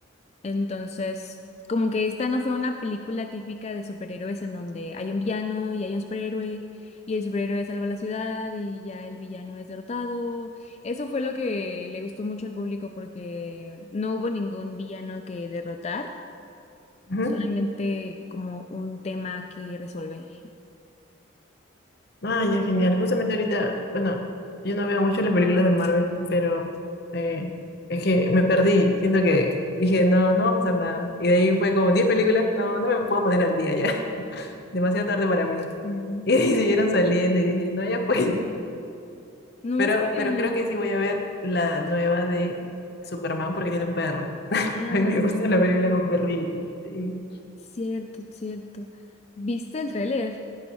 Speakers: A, on the left; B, on the left.
A: Entonces, como que esta no fue una película típica de superhéroes en donde hay un villano y hay un superhéroe y el superhéroe salva la ciudad y ya el villano es derrotado. Eso fue lo que le gustó mucho al público porque no hubo ningún villano que derrotar,
B: Ujú.
A: solamente como un tema que resolver.
B: Ah, ya, genial. Justamente ahorita, bueno, yo no veo mucho las películas de Marvel, pero eh, es que me perdí. Siento que dije, no, no va a pasar nada. Y de ahí fue como 10 películas, no, no me puedo poner al día ya. <laughs> Demasiado tarde para mí. <laughs>
A: Mm.
B: Y siguieron saliendo y dije, no, ya fue
A: No,
B: Pero,
A: es que qué
B: pero
A: bien.
B: creo que sí voy a ver la nueva de Superman porque tiene un perro. <laughs>
A: Ah,
B: A mí me gusta
A: cierto,
B: la película con perritos. Sí,
A: cierto, cierto. ¿Viste el tráiler?